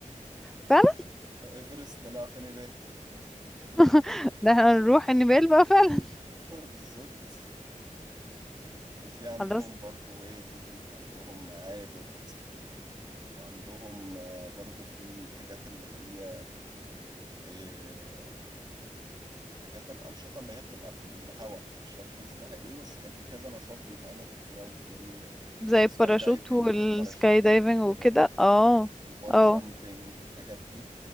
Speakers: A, in the centre; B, on the right (about 30°).
A: فعلا
B: إيفرست طلع في نيبال
A: <laughs> ده احنا نروح نيبال بقى فعلا
B: <laughs> بالظبط وفي عندهم
A: خلاص
B: برضو وادي وعندهم معابد وعندهم آه، برضو في حاجات اللي هي آه، حاجات الأنشطة اللي هي بتبقى في الهواء مش فاكر كان اسمها ايه بس كان في كذا نشاط بيتعمل في الجو زي
A: زي
B: سكاي
A: الباراشوت
B: دايفنج
A: والسكاي
B: وباراشوتنج
A: دايفنج
B: وكده
A: وكده اه
B: والبونج
A: اه
B: جامبنج والحاجات دي